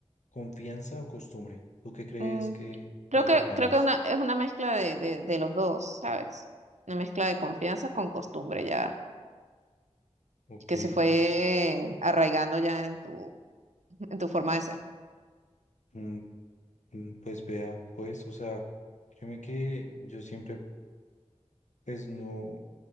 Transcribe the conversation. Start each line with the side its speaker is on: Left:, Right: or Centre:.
Left: confianza o costumbre. ¿Tú qué crees
Right: Mm,
Left: que,
Right: Creo
Left: que afecta
Right: que, creo
Left: más?
Right: que una, es una mezcla de, de, de los dos, ¿sabes? Una mezcla de confianza con costumbre ya,
Left: Ok.
Right: que se fue arraigando ya en tu, en tu forma de ser.
Left: mm, Mm, Pues vea, pues, o sea, créeme que yo siempre, pues no,